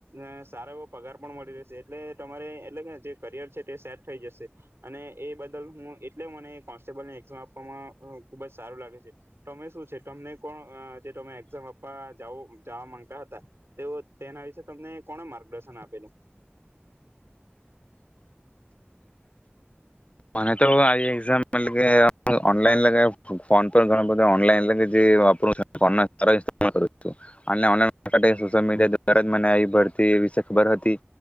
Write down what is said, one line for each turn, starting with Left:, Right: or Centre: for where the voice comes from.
Right: અહ સારો એવો પગાર પણ મળી રહેશે એટલે તમારે એટલે કે જે કરિયર છે તે સેટ થઈ જશે અને એ બદલ હું એટલે મને કોન્સ્ટેબલને એક્ઝામ આપવામાં અહ ખૂબ જ સારું લાગે છે. તમે શું છે તમને કોઓ અહ જે તમે એક્ઝામ આપવા જાવો જાવા માંગતા હતા, તેઓ તેના વિશે તમને કોણે માર્ગદર્શન આપેલું?
Left: મને તો આ એક્ઝામ પલ કે આ ઓનલાઈન લગે ફોન પર ઘણા બધા ઓનલાઈન લગેજે વાપરું ફોન <unintelligible> તો અને <inaudible> <unintelligible> આ એ ભરતી વિશે ખબર હતી